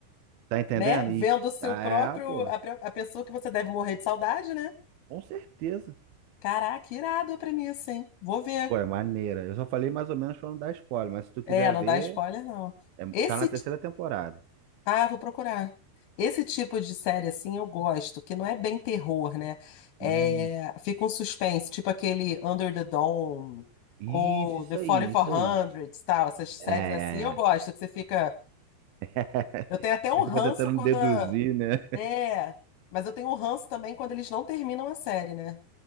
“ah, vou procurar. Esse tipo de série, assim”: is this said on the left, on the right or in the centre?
Left